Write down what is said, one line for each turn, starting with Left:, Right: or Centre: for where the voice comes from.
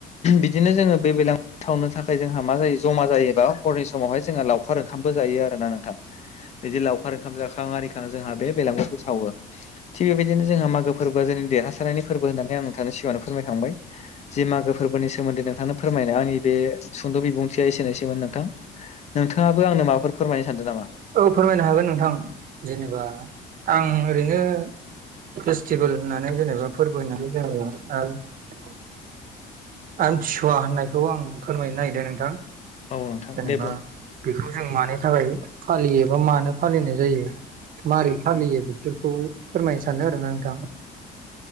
Left: बिदिनो जोङो बे <unintelligible> थाखाय जोंहा मा जायो जमा जायोबा हरनि समावहाय जोंहा लावखार ओंखामबो जायो आर <unintelligible> नोंथां बिदि लावखार ओंखाम जाखां आरिखां जोंहा बे बेलांगुरखौ सावो थिग बेबायदिनो जों जोंहा मागो फोरबोआ जोंनि देरहासारनि फोरबो होन्नानै आं नोंथांनि सिगाङावनो फोरायांबाय जि मागो फोरबोनि सोमोन्दै नोंथां नों फोरमायनाय आंनि बे सुंद' बिबुंथिया एसेनोसैमोन नोंथां नोंथाङाबो आंनो माबाफोर। फोरमायनो सानदों नामा
Right: औ फोरमायनो हागोन नोंथां जेनेबा आं ओरैनो। फेस्टिभेल होननानै जेनेबा फोरबो होननानै जेनेबा आमथिसुवा होननायखौ आं फोरमायनो नागिरदों नोंथां।
Left: औ नोंथां
Right: जेनेबा
Left: दे बुं।
Right: बेखौ जों मानि थाखाय फालियोबा मानो फालिनाय जायो माबारै फालियो बेफोरखौ फोरमायनो सानो आरोना नोंथां।